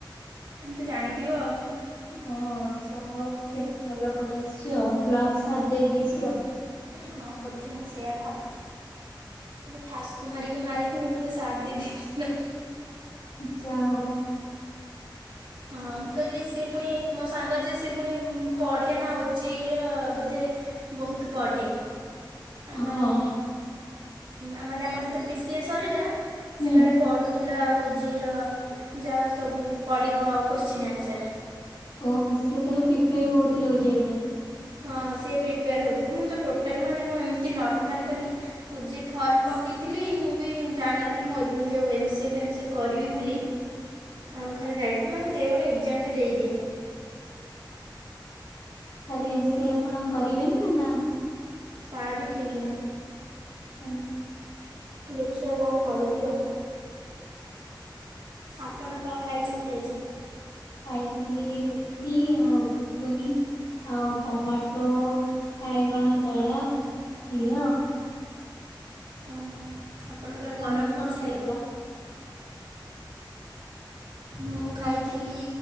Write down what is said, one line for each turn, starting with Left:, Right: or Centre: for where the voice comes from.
Right: ତୁମେ ତ ଜାଣିଥିବ ଆଉ।
Left: ହଁ ଯାଅ କେମତି ଭଲ ପଳେଇ ଆସିଛି ଆଉ ଲକ୍ ଦେଇ ଦେଇଛି ଆଉ।
Right: ହଁ ବୋଧେ ମୁଁ ସେଇୟଆ ଭାବ ମୋେ ଠାସକୁ ମାରିକି ମାରିଥିଲ ମୁ ବୋଧେ ସାଥ ଦେଇ ଦେଇ
Left: ଯା ହଉ
Right: ହଁ ମୁଁ କହିଲି ସିଏ ପୁଣି ମୋ ସାଙ୍ଗ ଯେ ସେଏ ପୁଣି ପଢ଼େ ନା ଓଜେଇର ବୋଧେ ବହୁତ ପଢ଼େ।
Left: ହଁ
Right: ମାନେ ଆ ମାନେ ଆମର ଯେତେ ବି ସିଏ ସରିଲା।
Left: ହୁଁ
Right: ସେ କଳେ ପଢୁ ତୁଲା ଆଉଓଜିର ଯାହା ସବୁ ପଡ଼ିବ ଉ କ୍ୱଶ୍ଚିନ୍ ଆନ୍ସର୍।
Left: ଓ ସେଏ ତାହେଲେ ପ୍ରିପୋର ହଉଥିଲେ ବ ଯିବା ପାଇଁ।
Right: ହଁ ସିଏ ପ୍ରିପେୟାର ହେଉଥିଲା ମୁଁ ତ ଟୋଟାଲ ମାନେ ମୁଁ ଏମିତି ନର୍ମାଲ ଖାଲି ଯ ଫର୍ମ ପକାଇଥିଲି ମୁଁ ବି ଜାଣିନଥିଲି ମୋ ଯେଉଁ ଏମ୍ସିଏ ଫେମ୍ସିଏ କରିବି ବୋଲି ଆଉ ଖାଲି ଯାଇଥିଲି ମାନେ ଦେ ଗୋଟେ ଏକ୍ଜାମଟେ ଦେଇଦିଏ।
Left: ତାହେଲେ ଏମ
Right: ଇଏ
Left: ସି
Right: ଆଉ
Left: ଆପଣ କରିବେ ନା ନା।
Right: ତା ବି ଠିକ ନାହିଁ।
Left: ହୁଁ।
Right: ଦେଖିବା କଣ କରିବି ଆଉ। ଆପଣ କଣ ଖାଇଛନ୍ତି ଆଜି।
Left: ଖାଇଥିଲି ରୁଟି ଆଉ ଘୁଗୁନି ଆଉ ଟମାଟୋ ବାଇଗଣ ଦଳା ଇଆ ଆଉ।
Right: ଓହୋ, ଆପଣଙ୍କର
Left: ତମେ
Right: ଗରମ
Left: କଣ
Right: ହଉଛି
Left: ଖାଇଥିଲ?
Right: ନା। ମୁଁ ଖାଇଥିଲି